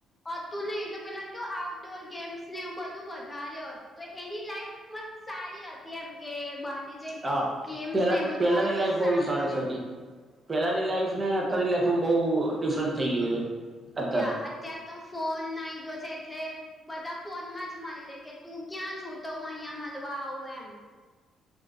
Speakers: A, on the left (about 15°); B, on the right (about 25°).
A: હતું નહિ તો પેલા કે આઉટડોર ગેમ્સ ને એવું બધું વધારે હતું તો એની લાઈફ. કિમત સારી હતી એમ કે બની જે
B: હા
A: ગેમ્સ
B: પેલા
A: ને બધું
B: પેલાની
A: હોય તો
B: લાઈફ
A: સારું
B: બહુ સરસ
A: એમ.
B: હતી પેલાની લાઈફ ને અતની લાઈફમાં બહઉ ડિફરન્સ થઈ ગયયો છે. અત્યારે
A: યા અત્યાર તો ફોન નાઈ ગયો છે એટલે. બધા ફોનમાં જ મળી લે કે તું ક્યાં છું તો હું અહિયાં મળવા આવું એમ.